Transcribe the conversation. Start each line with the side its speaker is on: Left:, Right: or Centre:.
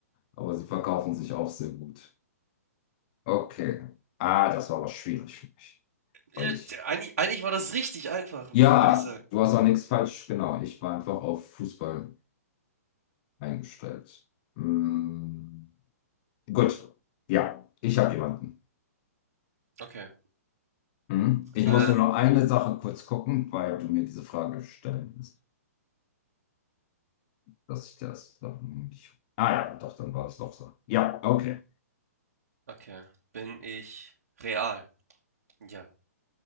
Left: Aber sie verkaufen sich auch sehr gut. Okay. Ah, das war aber schwierig für mich.
Right: Ja,
Left: Weil ich.
Right: t- Eigentlich, eigentlich war das richtig einfach,
Left: Ja,
Right: würde ich sagen.
Left: du hast auch nichts falsch. Genau. Ich war einfach auf Fußball eingestellt. Mm, gut. Ja, ich habe jemanden.
Right: Okay.
Left: Mhm. Ich
Right: Ähm,
Left: muss nur noch eine Sache kurz gucken, weil du mir diese Frage stellen willst, dass ich das doch nicht. Ah ja, doch, dann war es doch so. Ja, okay.
Right: Okay. Bin ich real? Ja,